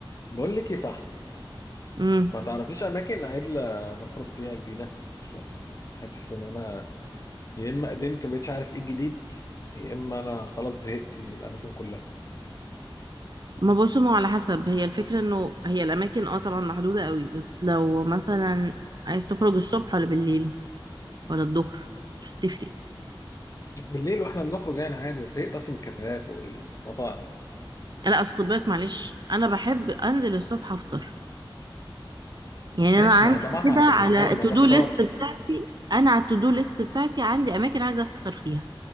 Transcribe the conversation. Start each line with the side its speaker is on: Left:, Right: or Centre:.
Left: بقول لك ايه صح
Right: امم
Left: ما تعرفيش اماكن عدلة نخرج فيها جديده عشان انا حاسس ان انا يا اما قدمت مبقتش عارف ايه الجديد يا اما انا خلاص زهقت من الاماكن كلها
Right: ما بصوا ما هو على حسب هي الفكرة انه هي الاماكن اه طبعا محدودة قوي بس لو مثلا عايز تخرج الصبح ولا بالليل ولا الظهر مش هتفرق
Left: بالليل واحنا بنخرج يعني عادي زهقت اصلا من الكافيهات والمطاعم
Right: لا اصل خد بالك معلش انا بحب انزل الصبح افطر يعني
Left: ماشي
Right: انا عندي
Left: ما ده مطعم
Right: كده على
Left: بالنسبه لي
Right: التو
Left: ما ده
Right: دو
Left: فطار
Right: ليست بتاعتي انا على التو دو ليست بتاعتي عندي اماكن عايزة افطر فيها